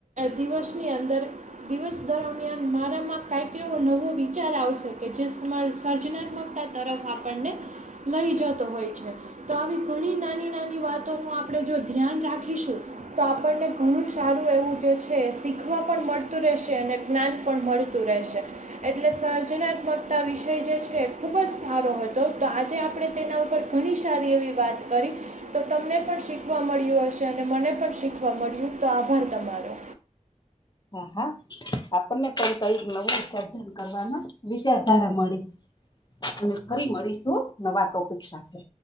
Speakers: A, on the right; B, on the left.
A: દિવસની અંદર દિવસ દરમિયાન મારામાં કાંઈક એવો નવો વિચાર આવશે કે જે સર્જનાત્મકતા તરફ આપણને લઈ જતો હોય છે. તો આવી ઘણી નાની નાની વાતોનું આપણે જો ધ્યાન રાખીશું તો આપણને ઘણું સારું એવું જે છે શીખવા પણ મળતું રહે રહેશે અને જ્ઞાન પણ મળતું રહેશે એટલે સર્જનાત્મકતા વિષય જે છે. ખૂબ જ સારો હતો તો આજે આપણે તેના ઉપર ઘણી સારી એવી વાત કરી તો તમને પણ શી શીખવા મળ્યું હશે અને મને પણ શીખવા મળ્યું તો આભાર તમારો.
B: હા હા આપણને પણ કઈક નવું સર્જન કરવાના વિચારધારા મળી. <unintelligible> ફરી મળીશું નવા ટોપિક સાથે.